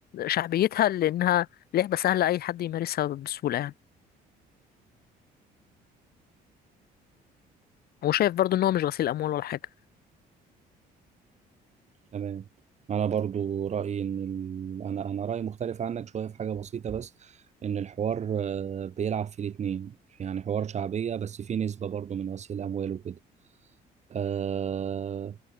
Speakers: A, on the left (about 65°); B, on the right (about 40°).
A: شعبيتها لأنها لعبة سهلة أي حد يمارسها بسهولة يعني وشايف برضو إن هو مش غسيل أموال ولا حاجة
B: تمام انا برضو رايي ان ال... انا انا رايي مختلف عنك شويه في حاجه بسيطه بس ان الحوار آه، بيلعب في الاتنين يعني حوار شعبيه بس فيه نسبه برضو من غسيل اموال وكده آه